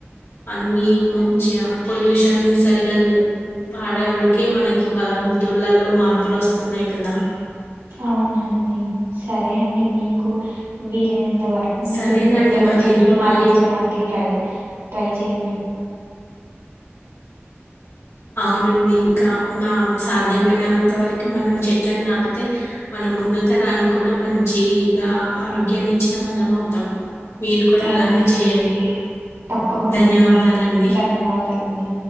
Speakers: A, on the left (about 80°); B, on the right (about 85°).
A: అన్ని మంచిగ పొల్యూష న్ సరిగా పాడవుడికే మనకి వ ఋతువులలో మార్పులోస్తున్నాయ్ కదా
B: అవునండి సరే అండి మీకు వీలైనంత వ కొన్ని
A: సరేనండి
B: చుట్టుపక్కల
A: మరి
B: చెట్లు నాటించడానికి
A: మళ్ళీ
B: ట్రై ట్రై చెయండి
A: అవునండి ఇంకా నా సాధ్యమైనంత వరకు మనం చెట్లను నాటితే మనం ముందు తరానికి కూడా మంచి గ ఆరోగ్యాన్ని ఇచ్చిన వాళ్ళం అవుతాం మీరు కూడా
B: అవునండి
A: అలానే చేయండి
B: తప్పకుండా
A: ధన్యవాదాలండి
B: అండి ధన్యవాదాలండి